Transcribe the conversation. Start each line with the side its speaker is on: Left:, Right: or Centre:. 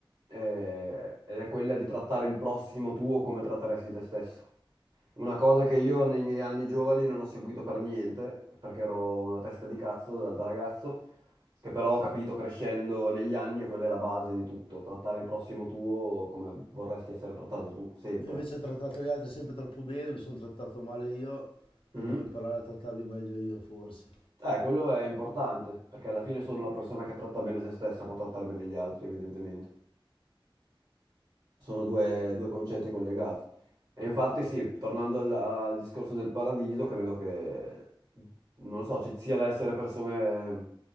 Right: eh, ed è quella di trattare il prossimo tuo come tratteresti te stesso. Una cosa che io nei miei anni giovani non ho seguito per niente, perché ero una testa di cazzo da, da ragazzo, che però ho capito crescendo negli anni e quella è la base di tutto, trattare il prossimo tuo come vorresti essere trattato tu, sempre.
Left: Io invece ho trattato gli altri sempre troppo bene, mi sono trattato male io e
Right: Mhm.
Left: devo imparare a trattarmi meglio io forse.
Right: Eh, quello è importante, perché alla fine solo una persona che tratta bene se stessa può trattare bene gli altri, evidentemente. sono due, due concetti collegati. E infatti sì, tornando al, al discorso del paradiso, credo che, non lo so, ci sia da essere persone,